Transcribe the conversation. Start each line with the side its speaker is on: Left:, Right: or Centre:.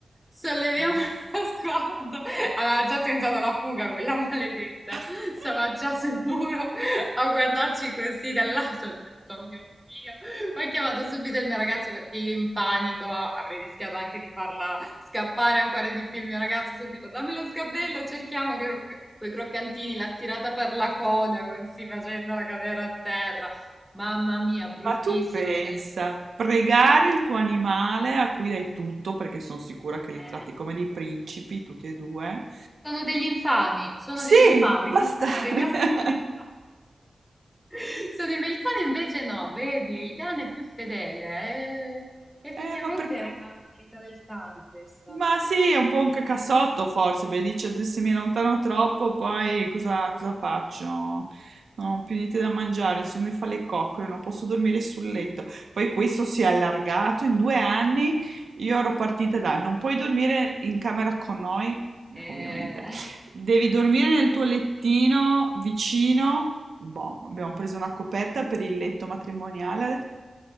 Centre: Solleviamo
Right: Oh, Madonna.
Centre: lo sguardo. Aveva già tentato la fuga quella maledetta.
Right: <laughs>
Centre: Stava già sul muro a guardarci così dall'alto. Ho detto, "Oh mio Dio. Ho chiamato subito il mio ragazzo perché io in panico avrei rischiato anche di farla scappare ancora di più. Il mio ragazzo subito, dammi lo sgabello, cerchiamo che quei croccantini, l'ha tirata per la coda, così facendola cadere a terra. Mamma mia, bruttissimo.
Right: Ma tu pensa,
Centre: Da lì-
Right: pregare il tuo animale a cui dai tutto, perché sono sicura che
Centre: eh,
Right: li tratti come dei principi, tutti e due.
Centre: sono degli infami, sono
Right: Sì,
Centre: degli infami.
Right: bastare.
Centre: <laughs> No, i gatti
Right: <laughs>
Centre: sono infami. <laughs> Sono in- il cane invece no, vedi, il cane è più fedele. eh. effettivamente
Right: Eh, ma perché?
Centre: è una qualità del cane questa.
Right: Ma sì, è un po' un cacassotto forse, perché dice "Adesso se mi allontano troppo, poi cosa, cosa faccio? No, Non ho più niente da mangiare, insomma mi fa le coccole, non posso dormire sul letto. Poi questo si è allargato in due anni, io ero partita da non puoi dormire in camera con noi,
Centre: Eh,
Right: ovviamente, devi dormire nel tuo lettino vicino. Boh, abbiamo preso una coperta per il letto matrimoniale,